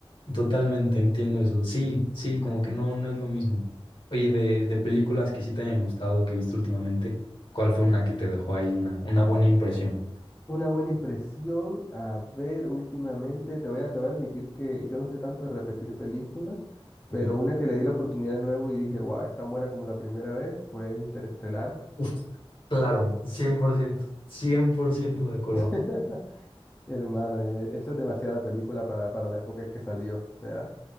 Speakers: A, on the left (about 60°); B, on the left (about 20°).
A: Totalmente entiendo eso. Sí, sí, como que no, no es lo mismo. Oye, de, de películas que sí te hayan gustado, que viste últimamente, ¿cuál fue una que te dejó ahí una, una buena impresión?
B: Una buena impresión, a ver, últimamente, te voy a, te voy a admitir que yo no soy tanto de repetir películas,
A: Ok.
B: pero una que le di la oportunidad de nuevo y dije, wow, es tan buena como la primera vez, fue Interestelar.
A: Uf, Claro, 100%, 100% de acuerdo.
B: <laughs> Hermano, eh, eso es demasiada película para, para la época en que salió. O sea,